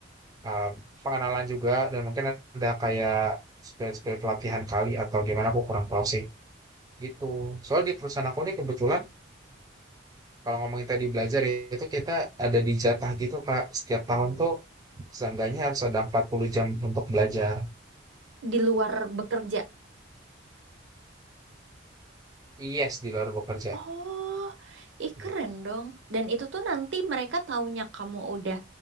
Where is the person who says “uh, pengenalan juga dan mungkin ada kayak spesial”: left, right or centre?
Right